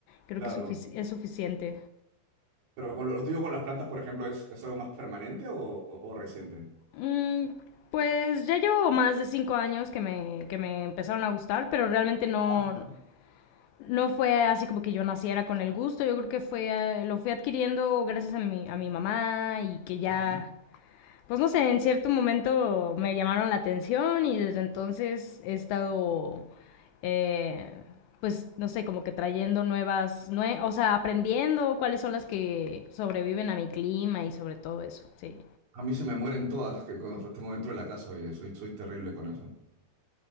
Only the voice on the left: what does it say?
Creo
que es, sufici- es suficiente.
Mm, pues ya llevo más de cinco años que me, que me empezaron a gustar, pero realmente no,
no fue así como que yo naciera con el gusto. Yo creo que fue, eh, lo fui adquiriendo gracias a mi, a mi mamá y que ya,
pues no sé, en cierto momento me llamaron la atención y desde entonces he estado, eh, pues no sé, como que trayendo nuevas, nue- o sea, aprendiendo cuáles son las que
sobreviven a mi clima y sobre todo eso, sí.